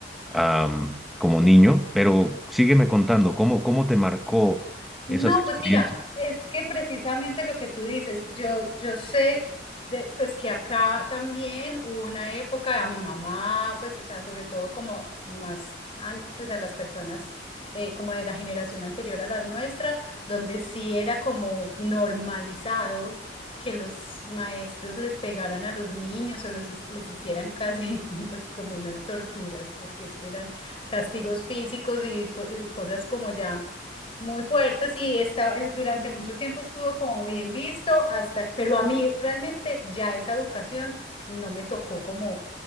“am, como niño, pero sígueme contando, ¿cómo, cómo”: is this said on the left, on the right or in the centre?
Centre